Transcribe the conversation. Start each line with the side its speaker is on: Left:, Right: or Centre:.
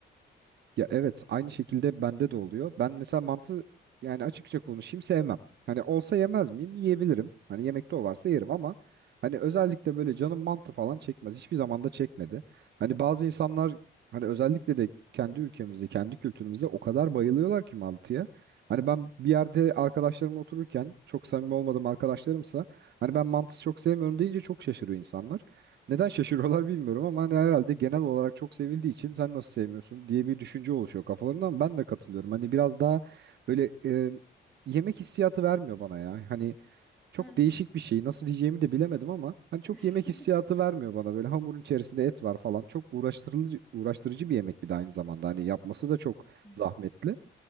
Right: Ya evet aynı şekilde bende de oluyor. Ben mesela mantı yani açıkça konuşayım sevmem. Hani olsa yemez miyim? Yiyebilirim. Hani yemekte o varsa yerim ama hani özellikle böyle canım mantı falan çekmez. Hiçbir zaman da çekmedi. Hani bazı insanlar hani özellikle de kendi ülkemizde, kendi kültürümüzde o kadar bayılıyorlar ki mantıya. Hani ben bir yerde arkadaşlarımla otururken çok samimi olmadığım arkadaşlarımsa hani ben mantısı çok sevmiyorum deyince çok şaşırıyor insanlar. Neden şaşırıyorlar bilmiyorum ama hani herhalde genel olarak çok sevildiği için sen nasıl sevmiyorsun diye bir düşünce oluşuyor kafalarında ama ben de katılıyorum. Hani biraz daha böyle e, yemek hissiyatı vermiyor bana ya. Hani çok
Centre: <laughs>
Right: değişik
Centre: <laughs>
Right: bir şey nasıl diyeceğimi de bilemedim ama hani çok
Centre: Hı
Right: yemek hissiyatı vermiyor bana. Böyle hamurun içerisinde et var falan çok uğraştırıcı, uğraştırıcı bir yemek bir de aynı zamanda. Hani yapması da çok
Centre: hı.
Right: zahmetli